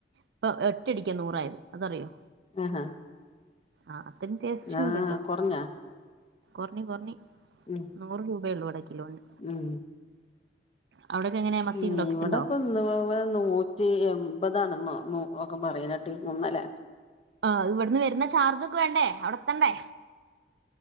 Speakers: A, on the right; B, on the left.
A: ഇപ്പൊ ഒറ്റടിക്കാ നൂറായത് അതറിയോ
B: ആഹാ
A: ആഹ് അത്രയും ടേസ്റ്റും
B: ആഹ്
A: ഉണ്ട്ട്ടോ
B: കൊറഞ്ഞോ
A: കൊറഞ്ഞ് കൊറഞ്ഞ്
B: ഉം
A: നൂറ് രൂപയൊള്ളൂ ഇവിടെ കിലോന്
B: ഉം
A: അവിടൊക്കെ എങ്ങനെ മത്തി
B: ഏഹ്
A: ഉണ്ടോ കിട്ടുണ്ടോ
B: ഇവിടെപ്പം ഇന്നുവവെ നൂറ്റി എമ്പതാണെന്നോ ന്നൊ ഒക്കെ പറയുന്ന കേട്ടിരുന്നു ഇന്നലെ
A: ആഹ് ഇവിടുന്ന് വരുന്ന ചാർജൊക്കെ വേണ്ടേ അവിടെ എത്തണ്ടേ